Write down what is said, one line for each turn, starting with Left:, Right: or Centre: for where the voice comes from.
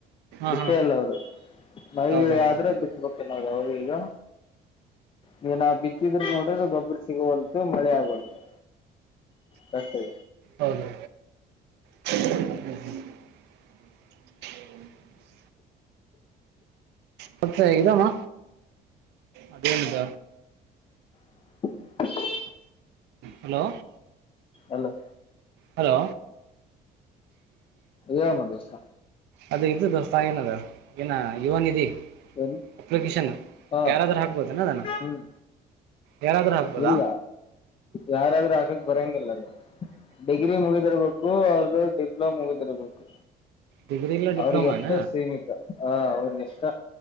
Left: ಬಿತ್ತೇ
Right: ಹಾ ಹಾ
Left: ಅಲ್ಲ ಅವರು ಮೈಗಿಳ
Right: ಹೌದೌದು
Left: ಆದ್ರೆ ಬಿಟ್ಟಬೇಕು ನ್ನದು ಈಗ ನೀನ ಬಿ ಹಿದ್ರ ನೋಡ್ರೆ ಗೊಬ್ಬರು ಸಿಗುವಂತು ಮಳೆ ಆಗುವಂತು ಹತೆ
Right: ಹೌದು <inaudible> ಮತ್ತ ಹೇಗಿದಮ್ಮ ಅದೇನಿದ
Left: <inaudible>
Right: ಹಲೋ
Left: ಅಲ್ಲೋ
Right: ಹಲೋ
Left: ಯ ಮಾಡ ದೋಸ್ತ
Right: ಅದ ಇದ್ದ ದೋಸ್ತೇನದು ಏನ ಇವನ್ದಿ
Left: ಏನು
Right: ಅಪ್ಲಿಕೇಶನ್
Left: ಹಾ
Right: ಯಾರಾದ್ರೂ ಹಾಕ್ಬೋದನದಾನ
Left: ಹ್ಮ್
Right: ಯಾರಾದ್ರೂ ಆಗ್ಬೋದಾ
Left: ಇಲ್ಲ ಯಾರಾದ್ರೂ ಆಕಕ್ ಬರಂಗಿಲ್ಲ ಅದು ಡಿಗ್ರಿ ಮುಗಿದಿರ್ಬೇಕು ಅವ್ರದುು ಡಿಪ್ಲೋಮೋಗತ್ತರಬೇಕು
Right: ಡಿಗ್ರಿ ಇಲ್ಲ ಡಿಪ್ಲೊಮಾನ
Left: ಅವ್ರಿಗೆ ಎಷ್ಟ ಸೀಮಿತ ಹ ಅವ್ರಿಗೆ ಎಷ್ಟ